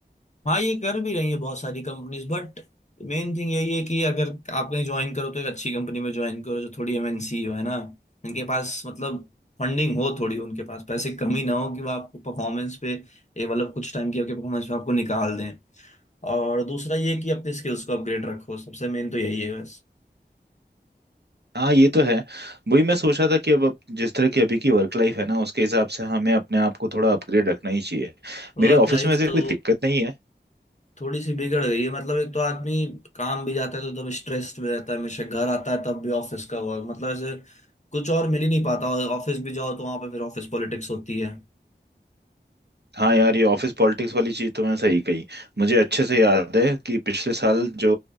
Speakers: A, on the left (about 40°); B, on the right (about 65°).
A: हाँ ये कर भी रही है बहुत सारी कंपनीज बट मेन थिंग यही है कि अगर आप कहीं ज्वाइन करो तो एक अच्छी कंपनी में ज्वाइन करो जो थोड़ी एमएनसी हो है ना इनके पास मतलब फंडिंग हो थोड़ी उनके पास पैसे कमी ना हो कि वो आपको परफॉर्मेंस पे ये मतलब कुछ टाइम की आपके परफॉर्मेंस पे आपको निकाल दें और दूसरा ये कि अपनी स्किल्स को अपग्रेड रखो सबसे मेन तो यही है बस
B: हाँ ये तो है वही मैं सोच रहा था कि अब अब जिस तरह की अभी की वर्क लाइफ है ना उसके हिसाब से हमें अपने आप को थोड़ा अपग्रेड रखना ही चाहिए
A: वर्क
B: मेरे ऑफिस
A: लाइफ
B: में ऐसे
A: तो
B: कोई दिक्कत नहीं है
A: थोड़ी सी बिगड़ गई है मतलब एक तो आदमी काम भी जाता है तो एकदम स्ट्रेस्ड में रहता है हमेशा घर आता है तब भी ऑफिस का वर्क मतलब ऐसे कुछ और मिल ही नहीं पाता और ऑफिस भी जाओ तो वहां पे फिर ऑफिस पॉलिटिक्स होती है
B: हाँ यार ये ऑफिस पॉलिटिक्स वाली चीज तो मैं सही कही मुझे अच्छे से याद है कि पिछले साल जो